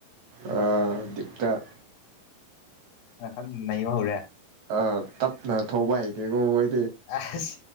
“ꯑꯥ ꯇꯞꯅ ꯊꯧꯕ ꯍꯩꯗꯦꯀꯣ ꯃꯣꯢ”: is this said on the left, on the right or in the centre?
Right